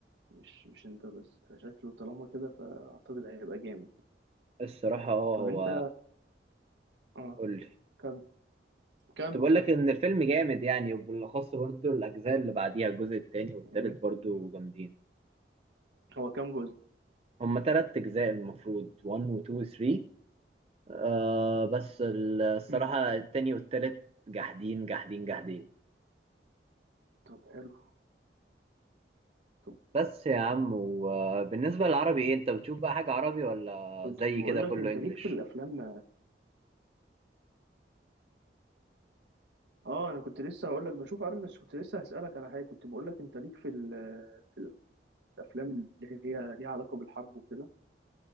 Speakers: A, on the right; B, on the right.
A: مش مش انت بس فشكله طالما كده فاعتقد هيبقى جامد
B: الصراحه اه
A: طب
B: هو
A: انت اه
B: قول لي
A: كمل كمل
B: كنت بقول
A: كمل
B: لك ان الفيلم جامد يعني وبالاخص برضو الاجزاء اللي بعديها الجزء التاني والتالت
A: مم.
B: برضو جامدين
A: هو كام جزء
B: هما تلات اجزاء المفروض 1 و 2 و 3 آه بس ال- الصراحة
A: مم.
B: التاني والتالت جاحدين جاحدين جاحدين
A: طب حلو طب
B: بس يا عم وبالنسبة للعربي ايه انت بتشوف بقى حاجة عربي ولا
A: كنت
B: زي
A: بقول
B: كده
A: لك
B: كله
A: انت
B: انجليش
A: ليك في الافلام اه انا كنت لسه هقول لك بشوف عارف بس كنت لسه هسألك على حاجه كنت بقول لك انت ليك في ال- في الافلام اللي هي ليها علاقه بالحرب وكده